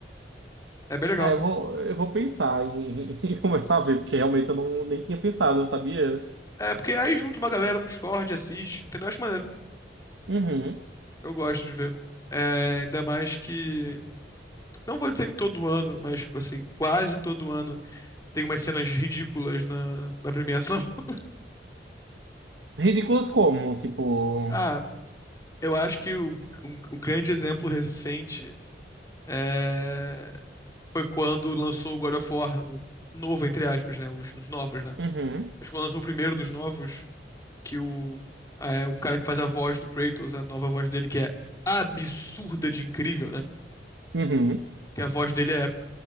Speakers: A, on the left; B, on the right.
A: É bem legal.
B: Ah, eu vou, eu vou pensar em, <laughs> em começar a ver, porque realmente eu não, nem tinha pensado, sabia?
A: É, porque aí junta uma galera no Discord, assiste, entendeu? Acho maneiro.
B: Uhum.
A: Eu gosto de ver. É, ainda mais que. Não vou dizer que todo ano, mas, tipo assim, quase todo ano tem umas cenas ridículas na, na premiação. <laughs>
B: Ridículas como? Tipo.
A: Ah, eu acho que o, um, um grande exemplo recente é, foi quando lançou o God of War, o novo, entre aspas, né? Os, os novos, né?
B: Uhum.
A: Acho que quando lançou o primeiro dos novos. que o, é, o cara que faz a voz do Kratos, a nova voz dele, que é absurda de incrível, né?
B: Uhum.
A: Que a voz dele é.